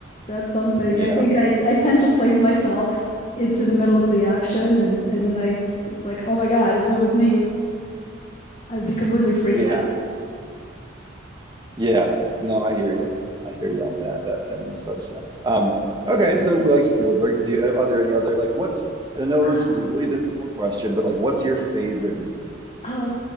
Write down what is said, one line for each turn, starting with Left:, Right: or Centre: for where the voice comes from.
Left: that's something.
Right: Yeah.
Left: I think I, I tend to place myself into the middle of the action, and and then I it's like, oh my God, if it was me, I'd be completely freaked
Right: Yeah. Yeah. No, I hear you. I hear you on that. That that makes a lot of sense. Um, okay, so we like Spielberg. Do you, uh, are there any other like what's I know
Left: out.
Right: this is a really difficult question, but like what's your favorite movie?
Left: Uh,